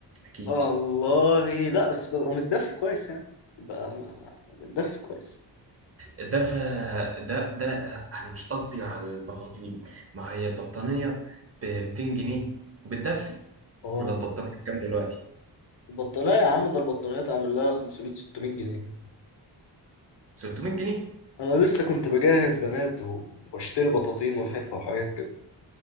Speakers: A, on the right; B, on the left.
A: اكيد
B: والله لا بس ببقى متدفي كويس يعني ببقى م- م- متدفي كويس
A: ده ف ده ده انا مش قصدي على البطاطين ما هي البطانيه ب 200 جنيه وبتدفي
B: اه
A: ولا البطانيه بكام دلوقتي
B: البطانية يا عم ده البطانية تعمل لها 500 600 جنيه
A: 600 جنيه
B: انا لسه كنت بجهز بنات وبشتري بطاطين ولحفة وحاجات